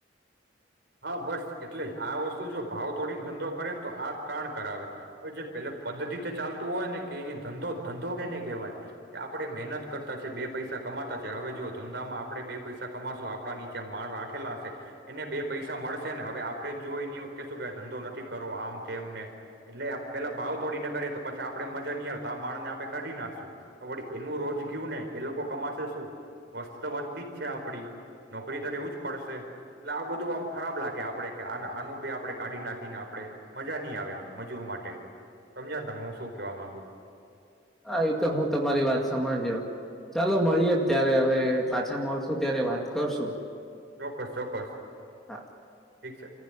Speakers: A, on the right; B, in the centre.
A: હા, બસ એટલે જ. આ વસ્તુ જો ભાવ તોડીને ધંધો કરેને તો આ કાણ કરાવે. હવે જે પેલે પદ્ધતિથી ચાલતું હોય ને કે એની ધંધો-ધંધો કેને કહેવાય કે આપણે મહેનત કરતા છે, બે પૈસા કમાતા છે, હવે જુઓ ધંધામાં આપણે બે પૈસા કમાશું આપણા નીચે માણ રાખેલા હશે એને બે પૈસા મળશે ને. હવે આપણે જોઈ ને એવું કેશું કે ધંધો નથી કરવો આમ તેમ ને એટલે આપ પેલા ભાવ તોડીને કરે તો પછી આપડે મજા ની આવે તો આ માણા ને આપણે કાઢી નાખશું. તો વળી એનું રોજ ગયું ને એ લોકો કમાશે શું? વસ્તી તો વધતી જ છે આપડી, નોકરી એ તો રહેેવું જ પડશે. એટલે આ બધું આમ ખરાબ લાગે આપણે કે આ આનું બી આપણે કાઢી નાખીને આપણે, મજા નહી આવે એમ મજૂર માટે. સમજ્યા તમે હું શું કેવા માંગુ?
B: હા એ તો હું તમારી વાત સમજ્યો. ચાલો મળીએ ત્યારે હવે પાછા મળશું ત્યારે વાત કરશું.
A: ચોક્કસ-ચોક્કસ
B: હા
A: ઠીક છે.